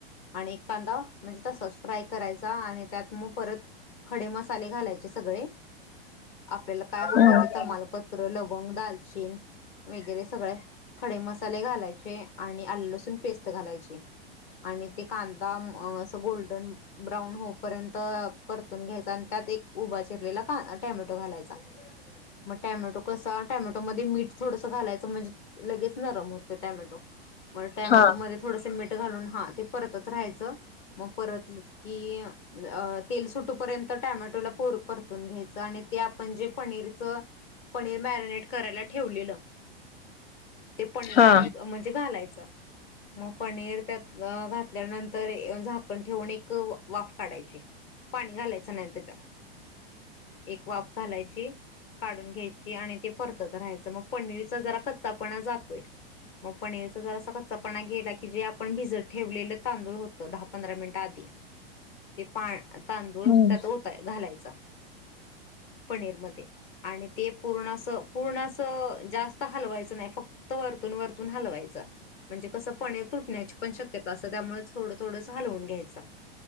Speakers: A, on the left; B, on the left.
A: आणि कांदा म्हणजे तसाच फ्राय करायचा आणि त्यात म परत खडे मसाले घालायचे सगळे, आपल्याला काय हवे
B: हम्म
A: ते. तमालपत्र, लवंग, दालचीन वगैरे सगळे खडे मसाले घालायचे आणि आल लसूण पेस्ट घालायची. आणि ते कांदा अस गोल्डन ब्राऊन होऊपर्यंत परतून घ्यायच. उभ चिरलेला टोमॅटो घालायचा. मग टोमॅटो कसं टोमॅटोमध्ये मीठ थोडंसं घालायचं म्हणजे लगेच. नरम होतंय टोमॅटो मग टोमॅटो
B: हा
A: मध्ये थोडंसं मीठ घालून हा ते परतत राहायच मग परतल की तेल सुटेपर्यंत टोमॅटोला पर परतून घ्यायचं आणि ते आपण जे पनीरच. पनीर मॅरिनेट करायला ठेवलेलं. ते पनीर
B: हा
A: त्यात म्हणजे घालायचं. मग पनीर त्यात घातल्यानंतर झाकण ठेवून एक वाफ काढायची. पाणी घालायचं नाही त्याच्यात एक वाफ घालायची. काढून घ्यायची आणि ते परतत राहायचं मग पनीरचा जरा कच्चापणा जातोय. मग पनीरच जर असा कच्चापणा गेला की जे आपण भिजत ठेवलेलं तांदूळ होतं दहा पंधरा मिनटं आधी ते पा तांदूळ
B: हम्म
A: त्यात होता घालायचा. पणेरमध्येध्ये आणि ते पूर्ण अस पूर्ण अस जास्त हलवायचं नाही फक्त वरतून वरतून हलवायचं. म्हणजे कसं पनीर तुटण्याची पण शक्यता असत त्यामुळे थोडं थोडं हलवून घ्यायच.